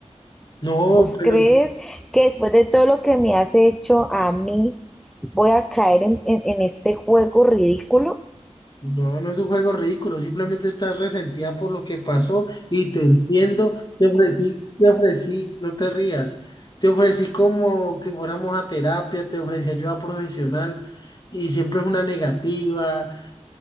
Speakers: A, on the left (about 40°); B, in the centre.
A: no,
B: ¿Vos
A: pero...
B: crees que después de todo lo que me has hecho a mí, voy a caer en, en, en este juego ridículo?
A: No, no es un juego ridículo, simplemente estás resentida por lo que pasó y te entiendo, te ofrecí, te ofrecí, no te rías, te ofrecí como que fuéramos a terapia, te ofrecí ayuda profesional y siempre es una negativa.